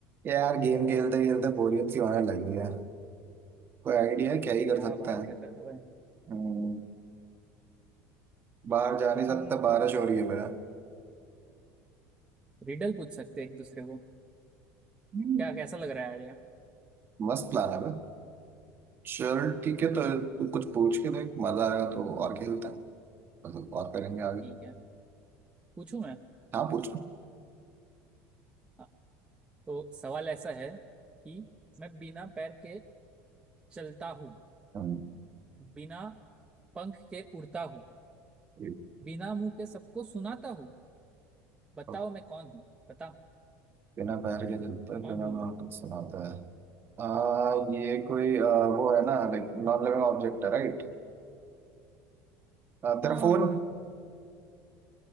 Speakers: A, on the right (about 35°); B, on the right (about 15°).
A: ये यार गेम खेलते खेलते बोरियत सी होने लगी है कोई आइडिया है क्या ही कर
B: क्या
A: सकते
B: बात
A: हैं
B: कर रहे हो भाई
A: हम्म, बाहर जा नहीं
B: अपन
A: सकता बारिश हो रही है बेटा
B: रिडल पूछ सकते हैं एक दूसरे को
A: हम्म,
B: क्या कैसा लग रहा है आइडिया
A: मस्त प्लान है बे चल ठीक है तो तू कुछ पूछ के देख मजा आएगा तो और खेलते हैं मतलब और करेंगे आगे
B: ठीक है पूछूं मैं
A: हाँ पूछ
B: हाँ, तो सवाल ऐसा है कि मैं बिना पैर के चलता हूँ
A: हम्म,
B: बिना पंख के उड़ता हूँ
A: एक
B: बिना मुंह के सबको सुनाता हूँ बताओ
A: तो
B: मैं कौन हूँ बता
A: बिना पैर के चलता है
B: कौन
A: बिना
B: हूँ
A: मुंह
B: मैं
A: के सुनाता है आ, ये कोई आ, वो है ना लाइक नॉन लिविंग ऑब्जेक्ट है राइट तेरा
B: हाँ
A: फोन